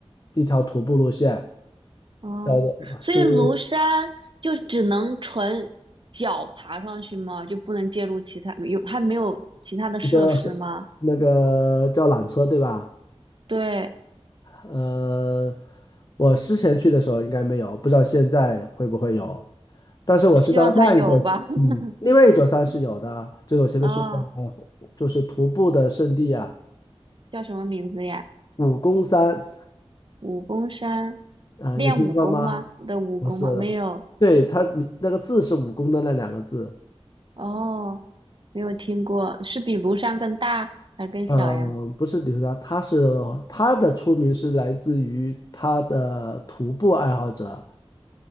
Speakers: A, on the left; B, on the right.
A: 一条徒步路线，
B: 哦，
A: 叫做是
B: 所以庐山就只能纯脚爬上去吗？就不能借助其他，有，还没有其他的设施吗？
A: 你说是那个叫缆车对吧？
B: 对，
A: 呃，我之前去的时候应该没有，不知道现在会不会有。但是我知道那一座，
B: 希望它有吧。<laughs>
A: 嗯，另外一座山是有的，就是我前面说过
B: 啊、
A: 的，就是徒步的圣地啊，
B: 叫什么名字呀？
A: 武功山
B: 武功山，
A: 啊，
B: 练武功吗？
A: 有听过吗？
B: 的武功吗？
A: 不是的，
B: 没有，
A: 对，它名那个字是武功的那两个字，
B: 哦，没有听过，是比庐山更大还是更小呀？
A: 嗯，不是旅游的，他是他的出名是来自于他的徒步爱好者。